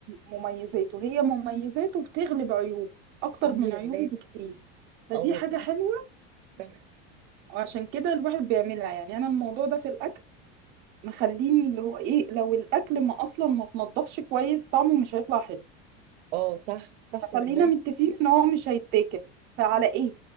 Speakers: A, on the right (about 30°); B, on the right (about 85°).
A: مميزاته هي مميزاته بتغلب عيوبه اكتر
B: الحمد
A: من
B: لله
A: عيوبه بكتير فدي
B: اه والله
A: حاجة حلوة
B: صح
A: وعشان كده الواحد بيعملها يعني انا الموضوع ده في الاكل مخليني اللي هو ايه لو الاكل ما اصلا ما تنضفش كويس طعمه مش هيطلع حلو
B: اه صح صح
A: فخلينا
B: والله
A: متفقين ان هو مش هيتاكل فعلى ايه